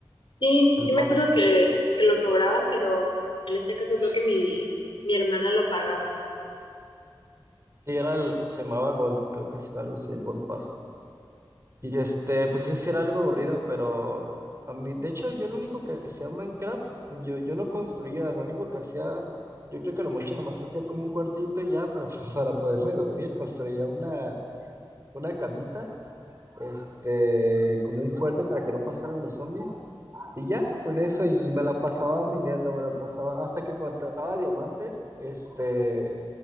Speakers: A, on the left; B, on the right.
A: Sí,
B: el
A: sí
B: pase.
A: me acuerdo que, que lo cobraban, pero en este caso creo
B: Sí,
A: que mi, mi hermana lo pagaba.
B: era el, se llamaba Gold, creo que sí, algo así, el Gold Pass. Y este, pues sí era algo aburrido, pero a mí, de hecho, yo lo único que hacía en Minecraft, yo, yo no construía, lo único que hacía, yo creo que lo mucho nomás hacía como un cuartito y ya para, <laughs> para poderme dormir, construía una, una camita, este, como un fuerte para que no pasaran los zombies, y ya, con eso, y me la pasaba minando, me la pasaba hasta que encontraba diamante, este,